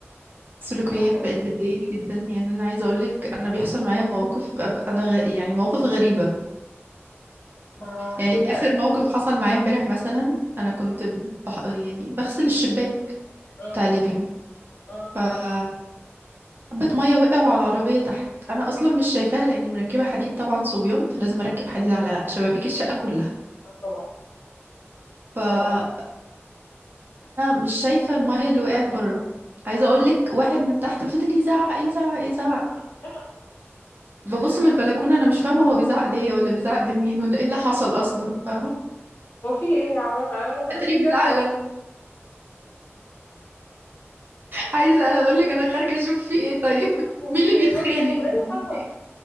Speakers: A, on the right (about 45°); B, on the left (about 50°).
A: سلوكيات
B: ده حقيقي
A: بقت بتضايقني جدا يعني انا عايزه اقول لك انا بيحصل معايا مواقف أب- انا غ... يعني مواقف غريبه
B: ما
A: يعني
B: هي
A: اخر موقف حصل معايا امبارح مثلا انا كنت بح... يعني بغسل الشباك
B: مم.
A: بتاع ليفينج
B: مم.
A: فحبه ميه وقعوا على العربيه تحت انا اصلا مش شايفاها لاني مركبه حديد طبعا صبيان فلازم اركب حديد على شبابيك الشقه كلها
B: اه طبعا
A: فانا
B: طبعا
A: مش شايفه الميه اللي وقعت بره عايزه
B: مم.
A: اقول لك واحد من تحت فضل يزعق يزعق يزعق
B: <laughs>
A: ببص من البلكونة أنا مش فاهمة هو بيزعق ليا ولا بيزعق لمين ولا إيه اللي حصل أصلا فاهمة
B: هو في ايه يا عمال آه، انا
A: أتاري
B: جيت
A: بيزعق
B: جنبك
A: لي أنا عايزة أقولك أنا خارجة أشوف في إيه طيب
B: آه،
A: <laughs>
B: هو
A: مين
B: في
A: اللي
B: ايه
A: بيتخانق
B: وال- هو ايه
A: يعني
B: اللي حصل